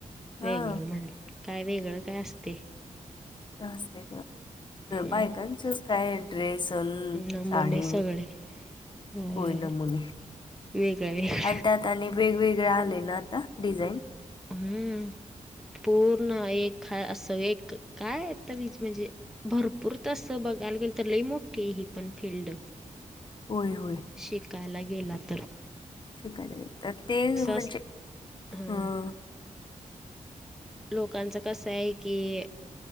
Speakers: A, on the left; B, in the centre.
A: हां
B: वेगळं म्हंण कायं वेगळं कायं असते
A: नस्ते
B: हम्म,
A: बायकांचच कायं ड्रेसन अं
B: नमुने
A: सांडी
B: सगळे होय
A: होयं नमुने
B: वेगळं वेगळं
A: आणं त्यातांत आणि वेगवेगळं आलयं नां आंता डिझाईन.
B: हम्मं पूर्ण एक हां असं एक कायं आंता वीज म्हणजे भरंपूर तसं बघांयला गेलं तरं लई मोठी ही पणं फिल्ड
A: होयं होयं
B: शिकांयला गेलां तरं
A: शिकांयला येत ते म्हणजे
B: अस हां
A: हम्मं
B: लोकांच कसं आहे की